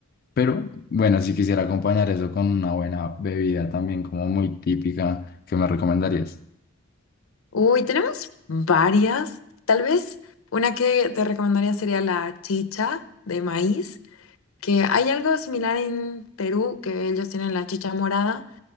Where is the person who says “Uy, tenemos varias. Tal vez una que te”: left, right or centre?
Left